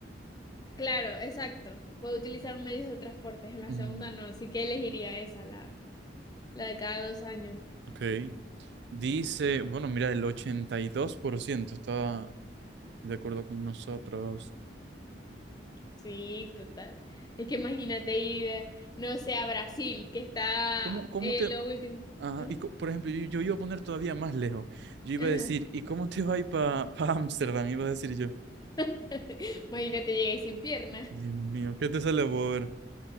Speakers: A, on the left; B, on the right.
A: Claro, exacto. Puedo utilizar medios de transporte, en la
B: Mm,
A: segunda no, así que elegiría esa, la, la de cada dos años.
B: ok. Dice, bueno, mira, el 82% está de acuerdo con nosotros.
A: Sí, total. Es que imagínate ir, eh, no sé, a Brasil, que está
B: ¿Cómo, cómo
A: en
B: te...
A: lo último.
B: ah,
A: ¿Ah?
B: y co- por ejemplo, yo, yo iba a poner todavía más lejos. Yo iba
A: Ajá.
B: a decir, ¿y cómo te va a ir para Ámsterdam? Iba a decir yo,
A: <laughs> Imagínate llegué sin pierna.
B: Dios mío, ¿qué te sale, Bober?